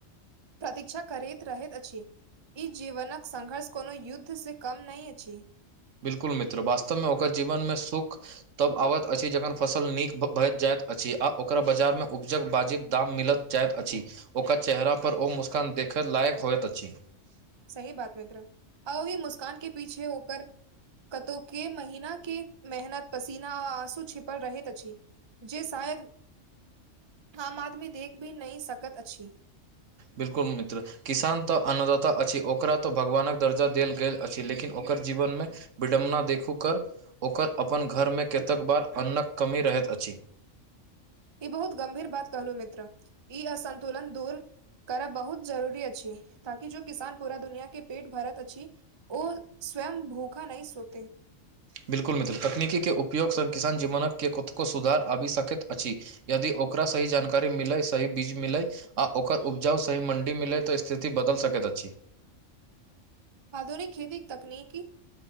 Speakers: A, on the right (about 25°); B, on the right (about 75°).
A: प्रतीक्षा करैत रहैत अछि ई जीवनक संघर्ष कोनो युद्ध से कम नै छी।
B: बिल्कुल मित्र वास्तवमे ओकर जीवनमे सुख तब आबैत अछि जखन फसल नीक भए जाइत अछि आ ओकरा बाजारमे उपजक बाजी दाम मिलत जाइत अछि ओकर चेहरा पर ओ मुस्कान देखय लायक होइत अछि
A: सही बात मित्र आ ओहि मुस्कान के पीछे ओकर कतौ के महिना के मेहनत पसीना आ आँसू छिपल रहैत अछि जे शायद आम आदमी देख भी नहि सकत अछि
B: बिल्कुल मित्र किसान तऽ अन्नदाता अछि ओकरा तऽ भगवानक दर्जा देल गेल अछि लेकिन ओ कर जीवनमे विडंबना देखू कर ओकर अपन घरमे केतक बार अन्नक कमी रहैत अछि
A: ई बहुत गंमभीर बात कहलु मित्र ई असन्तुलन दूर करब बहुत जरूरी अछि ताकि जो किसान पूरा दुनिया के पेट भरत अछि ओ स्वयं भूखा नहि सोते
B: बिल्कुल मित्र तकनीकीके उपयोगसँ किसान जीवनके कतुको सुधार आबि सकैत अछि यदि ओकरा सही जानकारी मिलै सही बीज मिलै। आ ओकर उपजाउ सही मण्डी मिलय तऽ स्थिति बदल सकैत अछि
A: आधुनिक खेती तकनीकी